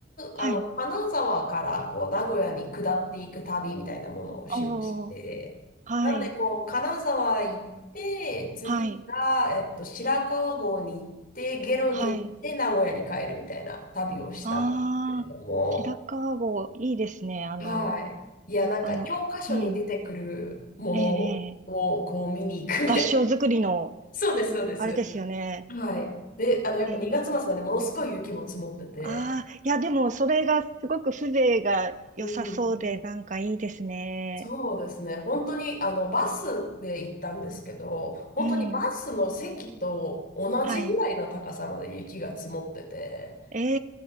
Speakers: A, on the right; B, on the left.
A: はい。
B: あの、金沢から、こう、名古屋に下っていく旅みたいなものをしまして、
A: おー、はい、
B: なんで、こう、金沢行って、次が、
A: はい、
B: えっと、白川郷に行って、下呂に行って、
A: はい。
B: 名古屋に帰るみたいな旅をしたんですけれども、
A: ああ、白川郷、いいですね。あの、
B: はい。いや、なんか教科書に出てくるものをこう見に行くみたいな。
A: あの、うん、ええ、ええ合掌造りの、
B: <laughs> そうです、そうです。
A: あれですよね。
B: はい。で、あの、やっぱ2月末なんで、
A: ええ、
B: ものすごい雪も積もってて。
A: ああー、いや、でも、それがすごく風情が良さそうで、
B: うん。
A: なんかいいですね。
B: そうですね。本当に、あの、バスで行ったんですけど、本当にバスの席と同じぐらいの高さまで雪が積もってて、
A: うん、はい。え